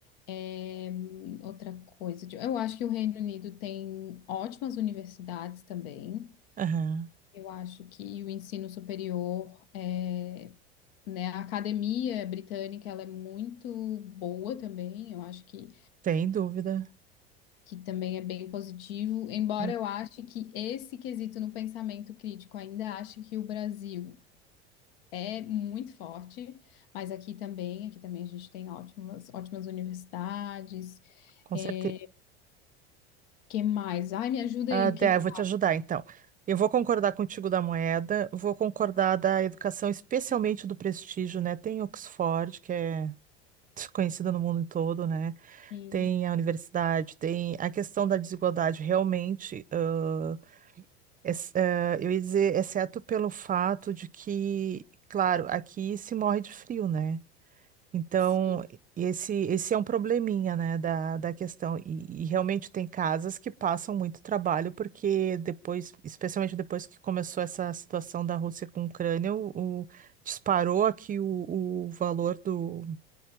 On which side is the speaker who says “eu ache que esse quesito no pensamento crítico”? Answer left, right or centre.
Left